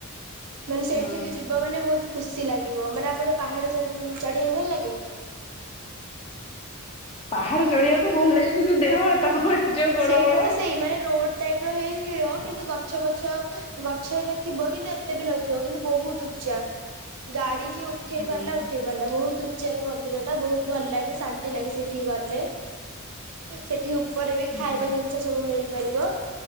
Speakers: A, on the right; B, on the left.
A: ମାନେ ସେଇଠି
B: ହଁ। ହଁ
A: ଯିବ ମାନେ ବହୁତ ଖୁସି ଲାଗିବ ମାନେ ଆପଣ ପାହାଡ ଚଢିବାକୁ ଭଲ ଲାଗେ।
B: ପାହାଡ ଚଢିବାକୁ ତ ଭଲ ଲାଗିବ କିନ୍ତୁ ଦେହ ହାତ କଣ ହେଇଯିବ। ଗୋଡ
A: ସେଇଟା
B: ଫୋଡ।
A: ତ ସେଇ ମାନେ ରୋଡ ଟାଇପ ର ହେଇ ଥିବ କିନ୍ତୁ ଗଛ ପଛ ଗଛ ଏକା ଥିବ, କିନ୍ତୁ ଏତେ ବି ନଥିବ କିନ୍ତୁ ବହୁତ ଉଚ୍ଚା ଗାଡି ଯିଏ ଉଠେଇ
B: ହଁ
A: ପାରିଲା ଉଠେଇ ପାରିଲା ବହୁତ ଉଚ୍ଚା ଉପରେ ମନ୍ଦିର ଟା ବହୁତ ଭଲ ଲାଗେ ଶାନ୍ତି ଲାଗେ ସେଠି ଗଲେ ସେଠି ଉପରେ ବି ଖାଇବା
B: ହଁ
A: ଜିନିଷ ସବୁ ମିଳ ମିଳିପାରିବ